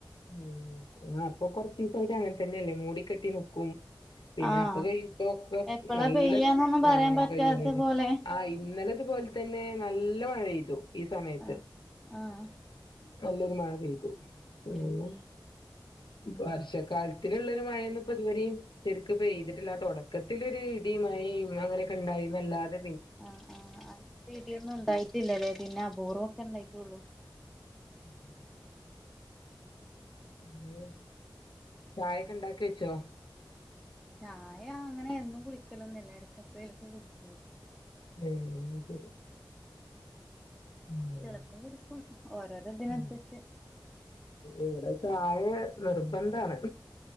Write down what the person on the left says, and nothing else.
ഉം ആഹ് അപ്പൊ കൊറച്ച് ദിവസായിട്ട് അങ്ങനെ തന്നെയല്ലേ മൂടി കെട്ടി നിക്കും പിന്നെ
അപ്പ കൈ ഇപ്പ ഒക്കെ
നല്ല
ആഹ്
പെയും
ആഹ് ഇന്നലതുപോലെ തന്നെ നല്ല മഴ പെയ്തു ഈ സമയത്ത്
നല്ലൊരു മഴ പെയ്തു പിന്നെ
വർഷക്കാലത്തിലുള്ളരു മഴ ഒന്നും ഇപ്പോ ഇത് വരെയും ശെരിക്കും പെയ്തിട്ടില്ല തുടക്കത്തിലൊരു ഇടിയും മഴയും അങ്ങനെയൊക്കെ ഉണ്ടായി എന്നല്ലാതെ
ഉം അതേ ചായൊക്കെ ഇണ്ടാക്കി വെച്ചോ
ടേ അയ് ശരി ഉം
ഉം ഇവിടെ ചായ നിർബന്ധാണ്